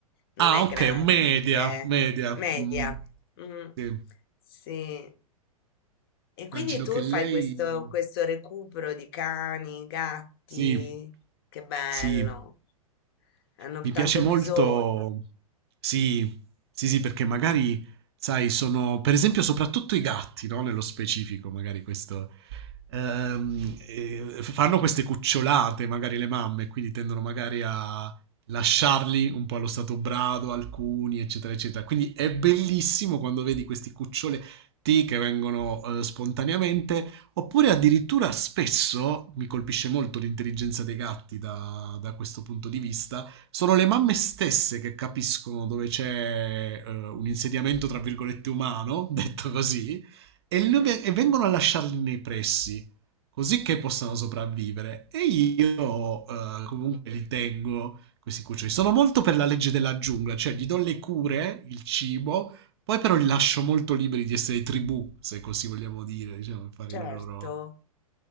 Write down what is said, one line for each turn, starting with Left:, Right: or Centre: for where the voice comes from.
Left: non
Right: Ah,
Left: è
Right: ok,
Left: grande,
Right: media, media.
Left: media.
Right: Mm,
Left: Mm,
Right: sì.
Left: sì. E quindi
Right: Immagino
Left: tu
Right: che lei...
Left: fai questo, questo recupero di cani, gatti,
Right: Sì,
Left: che bello,
Right: sì.
Left: hanno
Right: Mi
Left: tanto
Right: piace molto.
Left: bisogno.
Right: Sì, sì, sì, perché magari, sai, sono, per esempio, soprattutto i gatti, no? Nello specifico, magari questo. ehm, eh, fanno queste cucciolate, magari le mamme, quindi tendono magari a lasciarli un po' allo stato brado, alcuni, eccetera, eccetera. Quindi è bellissimo quando vedi questi cuccioletti che vengono eh, spontaneamente, oppure addirittura spesso mi colpisce molto l'intelligenza dei gatti da da questo punto di vista sono le mamme stesse che capiscono dove c'è eh, un insediamento, tra virgolette, umano, <laughs> detto così, e,
Left: Mhm,
Right: lo- e vengono a lasciarli nei pressi, così che possano sopravvivere. E io eh, comunque li tengo, questi cuccioli. Sono molto per la legge della giungla, cioè gli do le cure, il cibo, poi però li lascio molto liberi di essere tribù, se così vogliamo dire, diciamo, fare
Left: Certo.
Right: le loro